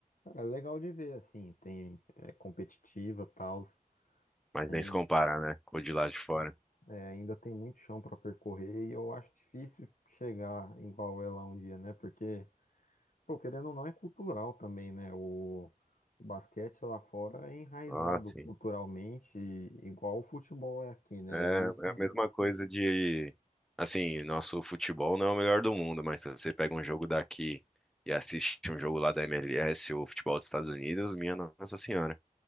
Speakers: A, on the left (about 70°); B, in the centre.
A: É legal de ver, assim, tem é competitiva, tal,
B: Mas
A: mas
B: nem se compara, né, com o de lá de fora.
A: é, ainda tem muito chão para percorrer e eu acho difícil chegar igual ela um dia, né? Porque, pô, querendo ou não, é cultural também, né? O, o basquete lá fora é enraizado
B: Ah, sim.
A: culturalmente, igual o futebol é aqui, né?
B: É, é
A: E isso,
B: a mesma coisa de, assim, nosso futebol não é o melhor do mundo, mas se você pega um jogo daqui e assiste um jogo lá da MLS ou futebol dos Estados Unidos, minha Nossa Senhora.